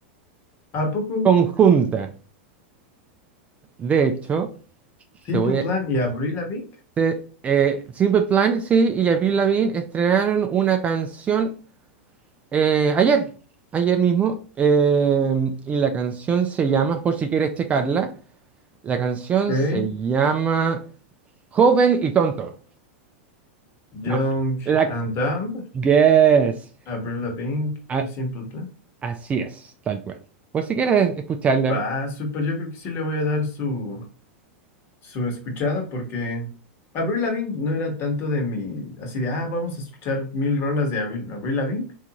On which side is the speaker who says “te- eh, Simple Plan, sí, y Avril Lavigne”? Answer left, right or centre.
Right